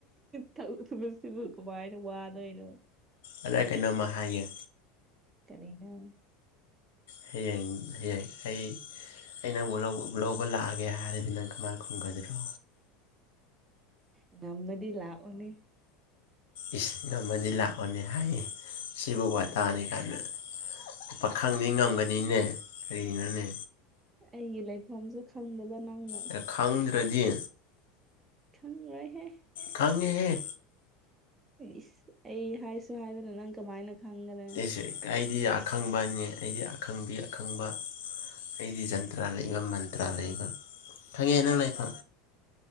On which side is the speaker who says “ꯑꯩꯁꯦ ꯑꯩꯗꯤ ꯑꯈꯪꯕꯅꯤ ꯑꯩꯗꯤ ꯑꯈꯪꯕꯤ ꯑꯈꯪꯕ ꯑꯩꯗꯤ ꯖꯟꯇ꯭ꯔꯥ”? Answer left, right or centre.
Left